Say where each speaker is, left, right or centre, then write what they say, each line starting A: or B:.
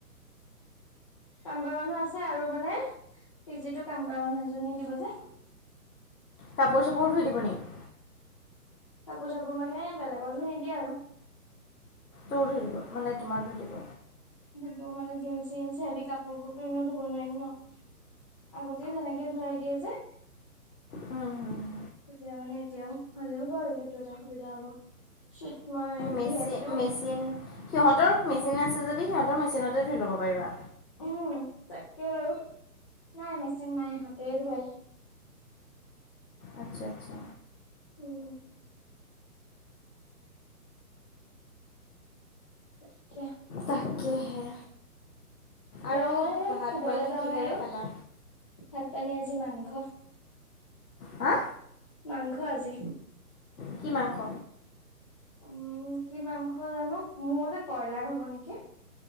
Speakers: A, on the left (about 20°); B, on the left (about 70°).
A: কাম কৰা মানুহ আছে আৰু মানে পি জিটো কাম কৰা মানুহ এজনী দিব যে।
B: কাপোৰ চাপোৰো ধূই দিব নেকি।
A: কাপোৰ চাপোৰ মানে বেলেগৰ ধূই নিদিয়ে আৰু।
B: তোৰ ধূই দিব মানে তোমাৰ ধৈ দিব।
A: ধূব মানে জিন্স জিন্স হেভি কাপোৰ বোৰতো এনেও ধূব নোৱাৰম ন। আগতেও তেনেকে ধৰাই দিয়ে যে
B: উম, উম।
A: তেতিয়া মানে এতিয়াও ভালে হ'ব আৰু সেইটো এটা সুবিধা হ'ব। শীত মই
B: মেচিন
A: ভি আই পিটো
B: মেচিন সিহঁতৰ মেচিন আছে যদি সিহঁতৰ মেচিনতে ধূই ল'ব পাৰিবা।
A: উম, তাকে বাৰু নাই মেচিন নাই হাতেৰে ধোৱে।
B: আচ্ছা, আচ্ছা।
A: উম। তাকে।
B: তাকেহে আৰু
A: যাওঁ মানে এতিয়া
B: ভাত
A: শুবলৈ
B: পানী
A: যাওঁহে
B: কিহেৰে
A: আৰু
B: খালা?
A: ভাত পানী আজি মাংস।
B: হা
A: মাংস আজি।
B: কি মাংস?
A: উম কি মাংস জানো মোৰ মতে কইব্ৰইলাৰ হ'ব নেকি।